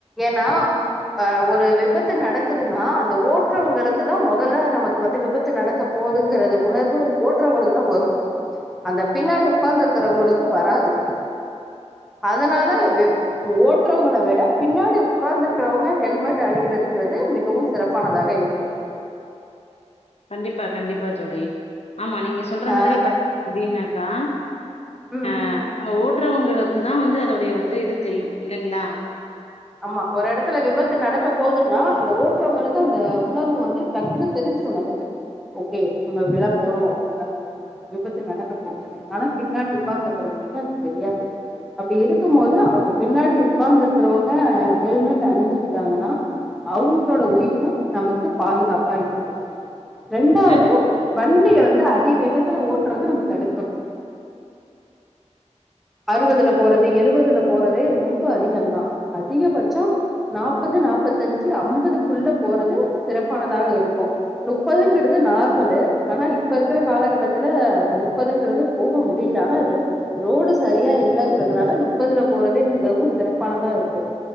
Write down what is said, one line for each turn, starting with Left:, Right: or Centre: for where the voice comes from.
Centre: ஏன்னா ஆ ஒரு விபத்து நடக்குதுன்னா அந்த ஓட்டுறவங்களுக்கு தான் முதல்ல நமக் கு வந்து விபத்து நடக்க போதுங்கறத உணர்வு ஓட்றவங்களுக்கு தான் வரும் அந்த பின்னாடி உக்காந்து இருக்கறவங்களுக்கு வராது அதனால ஓட்றவங்கள விட பின்னாடி பின்னாடி உக்காந்து இருக்கிறவங்க ஹெல்மெட் அணியிறதுங்கிறது மிகவும் சிறப்பானதாக இருக்கும்
Left: கண்டிப்பா கண்டிப்பா தோழி ஆமா நீங்க சொல்ற
Centre: ஆ
Left: மாரி பாத்தீங்க அப்டின்னாக்கா
Centre: ம்
Left: அ நம்ம ஓட்றவங்களுக்கு தான் வந்து அதோடைய வந்து இது தெரியும் இல்லைங்களா
Centre: ஆமா ஒரு இடத்துல விபத்து நடக்க போகுதுன்னா அந்த ஓட்றவங்களுக்கு அந்த உணர்வு வந்து டக்குன்னு தெரிஞ்சிரும் நமக்கு ஓகே நம்ம விழப் போறோம் விபத்து நடக்க போகுது அப்டின்னா பின்னாடி உக்காந்து இருக்கறவங்களுக்கு அது தெரியாது அப்படி இருக்கும் போது அவுங்க பின்னாடி உக்காந்து இருக்கிறவங்க ஹெல்மெட் அணிஞ்சிக்கிட்டாங்கன்னா அவங்களோட உயிரும் நமக்கு பாதுகாப்பா இருக்கும் ரெண்டாவது
Left: கண்டிப்பா
Centre: வண்டிய வந்து அதி வேகத்துல ஓட்டுறத நம்ம தவிர்க்கணும் அறுபதுல போறது எழுபதுல போறது ரெம்ப அதிகம்தா அதிகபட்சம் நாப்பது நாப்பத்தி அஞ்சி ஐம்பதுக்குள்ள போறது சிறப்பானதாக இருக்கும் முப்பதுங்கிறது நார்மலு ஆனா இப்ப இருக்கிற காலகட்டத்துல முப்பதுங்குறது போக முடியல ஆனா அது ரோடு சரியா இல்லங்கறதுனால முப்பதுல போறதே மிகவும் சிறப்பானதா இருக்கும்